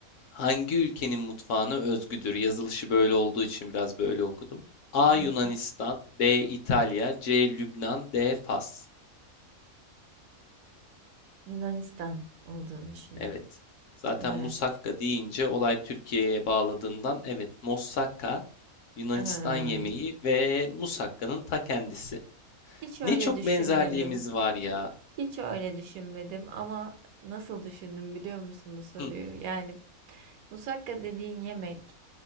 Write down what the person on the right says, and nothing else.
<laughs>
Yunanistan olduğunu düşünüyorum.
Evet.
Em,
hiç öyle
düşünmedim.
Hiç öyle düşünmedim ama nasıl düşündüm biliyor musun bu soruyu?
Yani musakka dediğin yemek